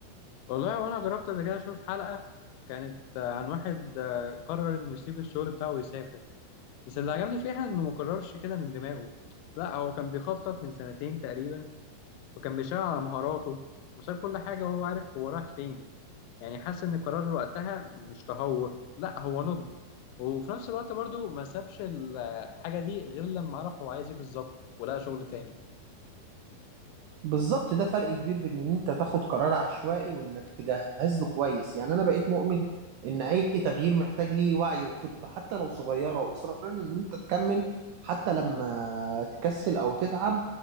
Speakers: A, on the left; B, on the right.
A: والله وأنا جربت قبل كده أشوف حلقة كانت آه، عن واحد آه، قرر إنه يسيب الشغل بتاعه ويسافر بس اللي عجبني فيها إنه مقررش كده من دماغه لا هو كان بيخطط من سنتين تقريبا وكان بيشتغل على مهاراته وساب كل حاجة وهو عارف هو رايح فين يعني حاسس ان قرار وقتها مش تهور لا هو نضج وفي نفس الوقت برضو ما سابش الحاجة دي غير لما عرف هو عايز ايه بالظبط ولقى شغل تاني
B: بالظبط ده فرق كبير بين ان انت تاخد قرار عشوائي وانك تجهز له كويس يعني انا بقيت مؤمن ان اي تغيير محتاج ليه وعي وخطة حتى لو صغيرة واصرار ان انت تكمل حتى لما تكسل او تتعب